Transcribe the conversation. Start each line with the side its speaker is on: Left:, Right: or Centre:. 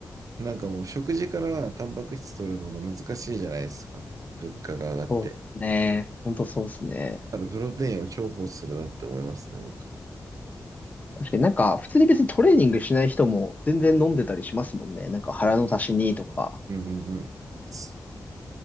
Right: なんかもう食事からタンパク質取るのが難しいじゃないですか。物価が上がって。
Left: そうっすね。ほんとそうっすね。
Right: だからプロテインを重宝するなって思いますね、僕。
Left: 確かになんか、普通に別にトレーニングしない人も全然飲んでたりしますもんね。なんか腹の足しにとか。
Right: うんうんうん。そ